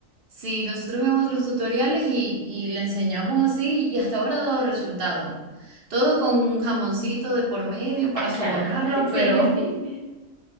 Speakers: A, on the right; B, on the left.
A: Sí, nosotros vemos los tutoriales y, y le enseñamos así y hasta ahora ha dado resultado. Todo con un jamoncito de por medio para
B: Ah,
A: sobornarlo,
B: claro. <laughs> Sí,
A: pero,
B: sí, sí.